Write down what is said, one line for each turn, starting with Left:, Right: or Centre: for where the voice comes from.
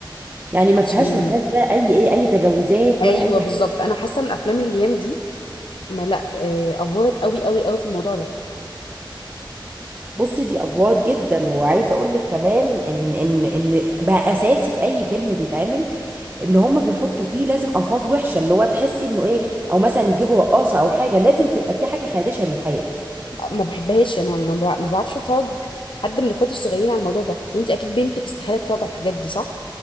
Right: يعني ما
Left: عشان
Right: فيهاش ما فيهاش بقى اي ايه اي تجاوزات
Left: ايوه
Right: ولا اي
Left: بالظبط
Right: حاجه
Left: انا حاسه ان الافلام الايام دي ما لا آه، افورت قوي قوي قوي في الموضوع ده
Right: بصي دي افوار جدا وعايزه اقول لك كمان ان ان ان بقى اساسي في اي فيلم بيتعمل ان هم بيحطوا فيه لازم الفاظ وحشه اللي هو تحسي انه ايه او مثلا يجيبوا رقاصه او حاجه لازم تبقى في حاجه خادشه للحياه
Left: ما بحبهاش انا ما بع- ما بعرفش افرج حد من اخواتي الصغيرين على الموضوع ده وانت اكيد بنتك استحاله تتفرج على الحاجات دي صح